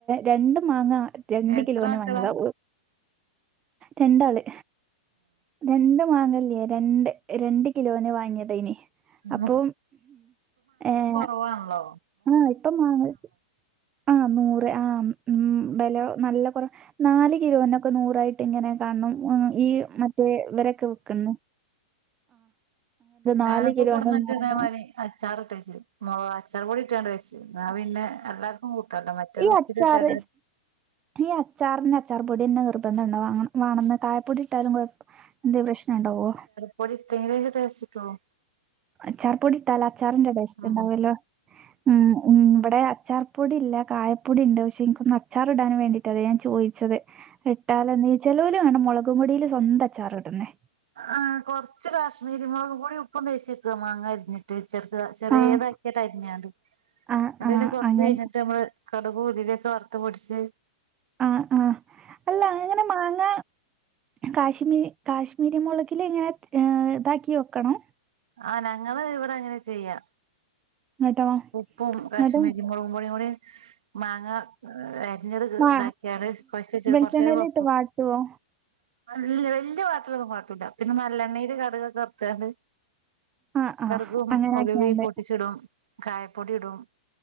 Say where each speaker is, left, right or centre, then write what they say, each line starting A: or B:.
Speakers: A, on the right; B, on the right.
A: രണ്ട്മാങ്ങ രണ്ട്
B: എത്ര
A: കിലോന്
B: മക്കളാ
A: വാങ്ങിയതാ രണ്ടാള് രണ്ട് വാങ്ങല്ലേ രണ്ട് രണ്ട് കിലോന് വാങ്ങിയതേനി
B: ഏഹ്
A: അപ്പൊ ഏഹ്
B: പോണല്ലോ
A: ആഹ് ഇപ്പം മാങ്ങക്ക്‌ ആ നൂറ് ആഹ് ഉം ബെല നല്ല കൊറ നാല് കിലോനൊക്കെ നൂറായിട്ട് ഇങ്ങനെ കാണും ആഹ് ഈ മറ്റേ ഇവരൊക്കെ വിക്കന്ന്
B: ഞാനക്കെകൊട്ന്നിട്ട്
A: നാല് കിലോന് മാങ്ങ
B: ഇതേമാരി അച്ചാറ്ട്ട് വെച്ച് മൊളോ അച്ചാർപൊടിട്ടാണ്ട് വെച്ച് ന്നാപിന്നെ എല്ലാ പ്പം കൂട്ടണ്ട മറ്റേത്
A: ഈ
B: ഉപ്പിലിട്ടത്
A: അച്ചാറ് ഈ അച്ചാറ്ന് അച്ചാർപൊടിന്നെ നിർബന്ധണ്ട വാങ്ങ വാണന്ന് കായപ്പൊടിട്ടാലും കൊഴ എന്തെ പ്രശ്നണ്ടാവോ
B: പൊടിട്ടേനന്ന ടേസ്റ്റിട്ടൊള്ളു
A: അച്ചാർ പൊടിട്ടാല അച്ചാറിന്റെ ടെസ്റ്റ്ഉണ്ടാവല്ലോ
B: ഉം
A: ഉം ഉം ഇവിടെ അച്ചാർപൊടില്ല കായപ്പൊടിണ്ട് പക്ഷെ ഇൻക്കൊന്ന് അച്ചാർഇടാനുവേണ്ടീട്ട് അതെ ഞാൻചോയ്ച്ചത് ഇട്ടാലനി ചെലോല്കാണാ മൊളകുംപൊടീല് സ്വന്ത അച്ചാറ് ഇടുന്നേ
B: ആ കൊർച്ച് കാശ്മീരി മൊളകുംപൊടിം ഉപ്പും തേച്ചെക്ക മാങ്ങ അരിഞ്ഞി ട്ട് ചെർതാ ചെറീതാക്കിട്ടര്ഞാണ്ട്
A: ആഹ്
B: ന്നട്ട്പിന്നെ
A: ആഹ് ആഹ്
B: കൊർച്ച്
A: അങ്ങനെ
B: കഴിഞ്ഞിട്ട് നമ്മള് കടകു ഉലുവിയൊക്കെ വറുത്ത്പൊടിച്ച്
A: ആഹ് ആഹ് അല്ല അങ്ങനെമാങ്ങ കാശ്മീ കാശ്മീരി മുളകിൽ ഇങ്ങനെ ഇതാക്കിവെക്കണം
B: ആഹ് ഞങ്ങള് ഇവിടെ അങ്ങനെചെയ്യാ
A: എന്നിട്ടോ
B: ഉപ്പും കാശ്മീരി
A: എന്നിട്ട്
B: മുളകുംപൊടികൂടി മാങ്ങ അരിഞ്ഞത് ഇതാക്കിയാണ്
A: വാ
B: കൊച്ച്
A: വെളിച്ചെണ്ണയിലിട്ട്
B: കൊറച്ചേരവെക്കും
A: വാട്ടുവോ
B: ഇല്ല്യ വല്യ വാട്ടലൊന്നും വാട്ടൂല പിന്നെ നല്ലെണ്ണീല് കടുകൊക്കെ വർത്താണ്ട്
A: ആഹ് ആഹ്
B: കട്കും
A: അങ്ങനാക്കിയാണ്ട്
B: ഉലുവി പൊട്ടിച്ചിടും കായപ്പൊടിടും